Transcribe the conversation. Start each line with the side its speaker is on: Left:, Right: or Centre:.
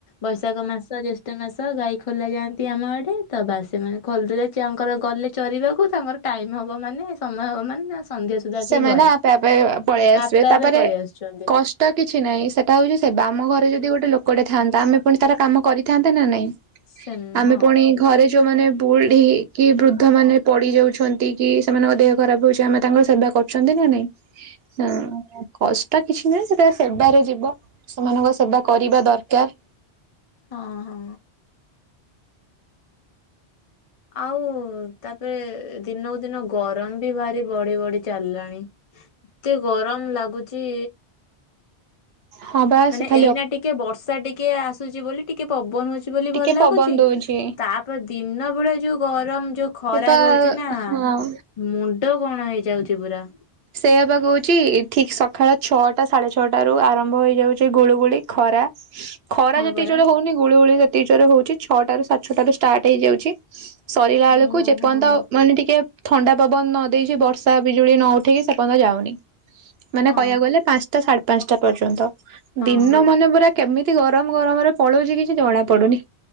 Left: ବୈଶାଖ ମାସ ଯେେଷ୍ଠ ତମେ ସହ ଗାଇ ଖୋଲା ଯାଆନ୍ତି ଆମ ଆଡ଼େ ତ ବାସ ମାନେ ଖୋୋଲିଦେ ତାଙ୍କର ଗଲେ ଚରିବାକୁ ତାଙ୍କର ଟାଇମ୍ ହେବ ମାନେ ସମୟ ହେବ ମାନେ ସନ୍ଧ୍ୟା ସୁଦ୍ଧା
Right: ସେମାନେ
Left: ଆସିକି ଘରେ
Right: ଆପେ ଆପେ ପଳେଇ ଆସିବେ
Left: ଆପେ
Right: ତାପରେ
Left: ଆପେ ପଳେଇ ଆସୁଛନ୍ତି
Right: କଷ୍ଟ କିଛି ନାହିଁ ସେଟା ହଉଛି ସେ ଆମ ଘରେ ଯଦି ଗୋଟେ ଲୋକ କଟେ ଥାନ୍ତା ଆମେ ପୁଣି ତାର କାମ କରିଥାନ୍ତେ ନା ନାଇଁ
Left: ସେମ୍
Right: ଆମେ
Left: ହଁ
Right: ପୁଣି
Left: ଠିକ୍।
Right: ଘରେ ଯୋଉମାନେ ବୁଢ କି ବୃଦ୍ଧ ମାନେ ପଡି ଯାଉଛନ୍ତି କି ସେମାନଙ୍କ ଦେହ ଖରାପ ହଉଛି ଆମେ ତାଙ୍କର ସେବା କରୁଛନ୍ତି ନା ନାଇଁ। ହଁ କଷ୍ଟ <unintelligible> ତ କିଛି ନୁହଁ ସେଟା ସେବାରେ ଯିବ ସେମାନଙ୍କ ସେବା କରିବା ଦରକାର
Left: ହଁ ହଁ ଆଉ ତାପରେ ଦିନକୁ ଦିନ ଗରମ ବି ଭାରି ବଢି ବଢି ଚାଲିଲାଣି ଏତେ ଗରମ ଲାଗୁଚି
Right: ହଁ ବା
Left: ମାନେ
Right: ସେ ଖାଲି
Left: ଏଇନା ଟିକେ ବର୍ଷ ବର୍ଷା ଟିକେ ଆସୁଛି ବୋଲି ଟିକେ ପବନ ହଉଛି ବୋଲି ଭଲ
Right: ଟିକେ
Left: ଲାଗୁଛି
Right: ପବନ ଦଉଛି
Left: ତାପରେ ଦିନ ସେଭଳିଆ ଯୋଉ ଗରମ ଯୋଉ ଖରା
Right: ସେଟା
Left: ରହୁଛି ନା
Right: ହଁ
Left: ମୁଣ୍ଡ କଣ ହେଇଯାଉଛି ପୁରା
Right: ସେ ହେବା କହୁଛି ଠିକ ସକାଳ ଛଅଟା ସାଢେ ଛଅଟ ରୁ ଆରମ୍ଭ ହେଇଯାଉଛି ଗୁଳୁଗୁଳି ଖରା ଖରା
Left: ହଁ
Right: ଯେତିକି
Left: ପରା।
Right: ଜୋର ରେ ହଉନି ଗୁଳିଗୁଳିତ ର ହଉଛି ଛଅଟା ରୁ ସାଢେ ଛଅଟାରୁ ଷ୍ଟାର୍ଟ ହେଇଯାଉଛି ସରିଲା ବେଳକୁ
Left: ହଁ
Right: ଯେପର୍ଯ୍ୟନ୍ତ
Left: ହଁ
Right: ମାନେ ଟିକେ ଥଣ୍ଡା ପବନ ନ ଦେଇେଇଛି ବର୍ଷା ବିଜୁଳି ନ ଉଠ ଠିକ ସେପଯ୍ୟ ଯାଉନି ମାନେ
Left: ହଁ
Right: କହିବାକୁ ଗଲେ ପାଞ୍ଚଟା ସାଢ଼େ ପାଞ୍ଚଟା ପର୍ଯ୍ୟନ୍ତ
Left: ହଁ
Right: ଦିନ ମନେ ପୁରରା କେମିତି ତି ଗରମ ଗରମରେ ପଳଉଛି କିଛି ଜଣା ପଡୁନି